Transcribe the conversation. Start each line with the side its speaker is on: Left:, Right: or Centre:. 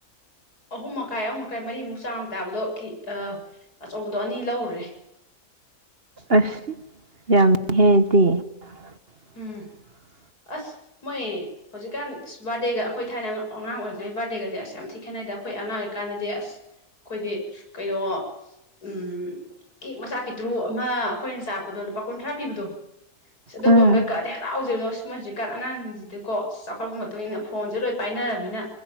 Left: ꯑꯍꯨꯝ ꯃꯈꯥꯏ ꯑꯍꯨꯝ ꯃꯈꯥꯏ ꯃꯔꯤꯃꯨꯛ ꯆꯥꯡ ꯇꯥꯕꯗꯣ ꯀꯤ ꯑ ꯑꯆꯧꯕꯗꯣ ꯑꯅꯤ ꯂꯧꯔꯨꯔꯦ
Right: ꯑꯁ ꯌꯥꯝꯃꯤꯍꯦ ꯗꯤ <inaudible>
Left: ꯎꯝ ꯑꯁ ꯃꯣꯏ ꯍꯖꯤꯛꯀꯥꯟ ꯑꯁ ꯕꯥꯔꯗꯦꯒ ꯑꯈꯣꯏ ꯊꯥꯏꯅ ꯑꯉꯥ-ꯑꯉꯥꯡ ꯑꯣꯏꯔꯤꯉꯩꯀꯥꯟ ꯕꯥꯔꯗꯦꯒꯗꯤ ꯑꯁ ꯌꯥꯝ ꯊꯤ ꯈꯦꯠꯅꯩꯗ ꯈꯣꯏ ꯑꯉꯥꯡ ꯑꯣꯏꯔꯤꯀꯥꯟꯗꯗꯤ ꯑꯁ ꯑꯈꯣꯏꯗꯤ ꯀꯩꯅꯣ ꯎꯝ ꯀꯦꯛ ꯃꯆꯥ ꯄꯤꯛꯇ꯭ꯔꯨ ꯑꯃ ꯑꯈꯣꯏꯅ ꯆꯥꯔꯛꯄꯗꯣ ꯂꯨꯄꯥ ꯀꯨꯟꯊ꯭ꯔꯥ ꯄꯤꯕꯗꯣ ꯁꯤ ꯑꯗꯨꯒꯨꯝꯕ
Right: ꯎꯝ
Left: ꯑꯝꯒ <unintelligible> ꯀꯛꯑꯗꯤ ꯍꯔꯥꯎꯖꯕꯗꯣ ꯑꯁ ꯃꯣꯏ ꯍꯧꯖꯤꯛ ꯀꯥꯟ ꯑꯉꯥꯡꯁꯤꯡꯁꯤꯗꯤꯀꯣ ꯆꯥꯎꯈꯠꯄꯩ ꯃꯇꯨꯡ ꯏꯟꯅ ꯐꯣꯟꯁꯦ ꯂꯣꯏ ꯄꯥꯏꯅꯔꯕꯅꯤꯅ